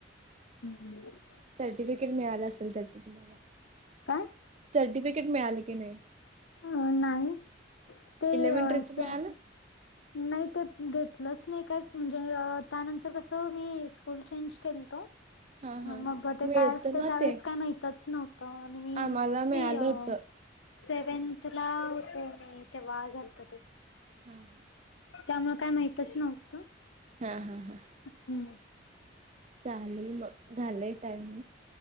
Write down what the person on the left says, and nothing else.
हम्म हम्म.
काय?
अ नाही. ते ह्यच
नाही ते घेतलंच नाही. काय म्हणजे त्यानंतर कसं मी स्कूल चेंज केलत.
मग ते
काय असते
त्यावेेळेस
काय माहितच नव्हतं. आणि मी
अ
सेवन्थ ला होतो मी. तेव्हा झालत ते.
त्यामुळं काय माहितच नव्हतं.
हम्म.